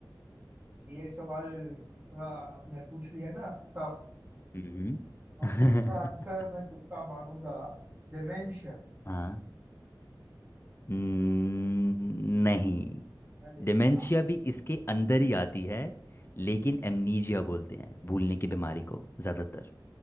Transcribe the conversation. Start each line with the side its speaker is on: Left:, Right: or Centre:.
Right: ये सवाल थोड़ा आपने पूछ लिया ना टफ
Left: हम्म <laughs>
Right: इसका आंसर मैं तुक्का मारूंगा डिमेंशिया
Left: हाँ न- नहीं
Right: अरे
Left: डिमेंशिया
Right: यार
Left: भी इसके अंदर ही आती है लेकिन एमनीजिया बोलते हैं भूलने की बीमारी को ज़्यादातर